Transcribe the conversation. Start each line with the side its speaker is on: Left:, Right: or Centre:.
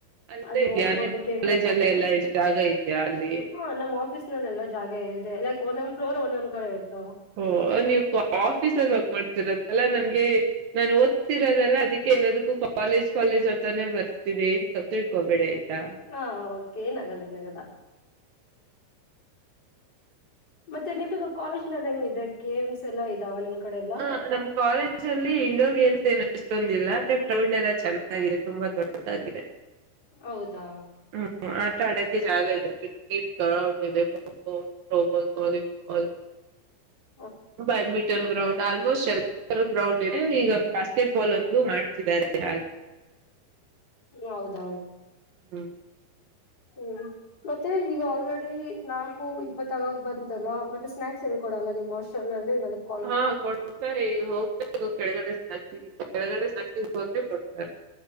Right: ಅಲ್ಲೇ
Left: ಅಲ್ಲಿಗ್
Right: ಇದ್ಯಾ
Left: ಹೋಗ್ಬೋದು
Right: ನಿಮ್
Left: ಗೇಮ್ಸ್
Right: ಕಾಲೇಜ ಅಲ್ಲ ಎಲ್ಲಾ ಆಸ್ಟ್ ಜಾಗ ಇದ್ಯಾ ಅಲ್ಲಿ.
Left: ಹ ನಮ್ಮ ಆಫೀಸ್ ನಲ್ಲಿ ಎಲ್ಲ ಜಾಗ ಇದೆ ಲೈಕ್ ಒಂದೊಂದ್ ಫ್ಲೋರ್ ಒಂದೊಂದ್ ಕಡೆ ಇರ್ತವ.
Right: ಓ ನೀವು ಆಫೀಸಲ್ಲಿ ವರ್ಕ್ ಮಾಡ್ತೀರದಲ್ಲ ನನ್ಗೆ ನಾನ್ ಓದ್ತಿರೋದಲ್ಲ ಅದಕ್ಕೆ ಎಲ್ಲದಕ್ಕೂ ಕಾಲೇಜ್ ಅಂತಾನೆ ಬರ್ತಿದ್ದಿ ತಪ್ಪ ತಿಳ್ಕೊಬೇಡಿ ಆಯ್ತಾ
Left: ಹಾ ಓಕೆ ಏನಾಗಲ್ಲ ಏನಾಗಲ್ಲ ಮತ್ತೆ ನಿಮಗ ಕಾಲೇಜ್ ನಲ್ಲಿ ಹೆಂಗಿದೆ ಗೇಮ್ಸ್ ಎಲ್ಲಾ ಇದಾವ ನಿಮ್ ಕಡೆ ಎಲ್ಲಾ?
Right: ಹ ನಮ್ ಕಾಲೇಜ್ ಅಲ್ಲಿ ಇಂಡೋರ್ ಗೇಮ್ಸ್ ಏನು ಅಷ್ಟೊಂದಿಲ್ಲ ಅಂದ್ರೆ ಗ್ರೌಂಡ್ ಎಲ್ಲ ಚೆನ್ನಾಗಿದೆ ತುಂಬಾ ದೊಡ್ದಾಗಿದೆ
Left: ಹೌದಾ
Right: ಹ್ಮ್ ಆಟ ಆಡೋಕ್ಕೆೆ ಜಾಗ ಇದೆ cricket <unintelligible> kho kho throw ball volleyball
Left: ಹ್ಮ <unintelligible>
Right: ಬ್ಯಾಡ್ಮಿಂಟನ್ ಗ್ರೌಂಡ್ ಆಲ್ಮೋಸ್ಟ್ ಎಲ್ಲರ ಗ್ರೌಂಡ್ ಇದೆ ಈಗ ಬಾಸ್ಕೆಟ್ ಬಾಲ್ ಒಂದು ಮಾಡ ತ್ತಿದ್ದಾರೆ ಹಾಗೆ
Left: ಹೌದ
Right: ಹ್ಮ್
Left: ಹ್ಮ್ ಮತ್ತೆ ಈಗ ಆಲ್ರೆಡಿ ನಾಲ್ಕು ಇಪ್ಪತ್ತಗಾಗ ಬಂತಲ್ಲ ಮತ್ತೆ ಸ್ನಾಕ್ಸ್ ಏನ್ ಕೊಡಲ್ಲ ನಿಮ್ಮ್? <unintelligible> <unintelligible>
Right: ಹಾ ಕೊಡ್ತರಿ ಹೋಗ್ಬೇಕು ಕೆಳಗಡೆ <unintelligible> ಕೆಳಗಡೆ <unintelligible> ಹೋದ್ರೆ ಕೊಡ್ತರಿ.